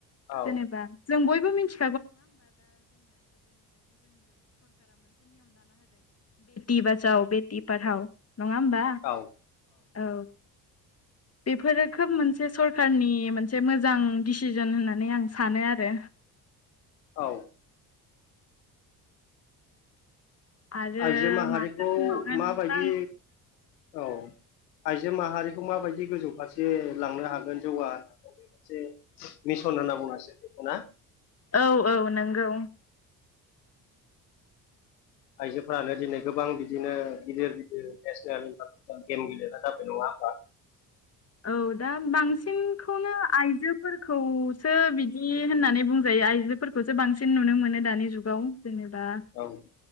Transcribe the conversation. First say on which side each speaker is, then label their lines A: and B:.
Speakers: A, on the left (about 80°); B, on the left (about 30°).
A: औ
B: जेनेबा जों बयबो मिथि <unintelligible> बेथि बाजाव बेटि बारहाव नङा होमबा
A: औ
B: औ बेफोरो खोब मोनसे सरखारनि मोनसे मोजां दिसिजन होननानै आं सानो आरो
A: औ
B: आरो
A: आइजो माहारिखौ
B: माथो बुंबावनो
A: माबायदि
B: नोंथां
A: औ आइजो माहारिखौ माबायदि गोजौ फारसे लांनो हागोन जौगा होनो हागोन मोनसे मिसन होनना बुंनांसिगोन बेखौ ना
B: औ औ नंगौ
A: आइजोफ्रानो दिनै गोबां बिदिनो गिदिर गिदिर नेसनेल इन्टारनेसनेल गेम गेलेग्रा जाबाय नङा औ
B: औ दा बांसिनखौनो आइजोफोरखौसो बिदि होननानै बुंजायो आइजोफोरखौसो बांसिन नुनो मोनो दानि जुगाव जेनेबा
A: औ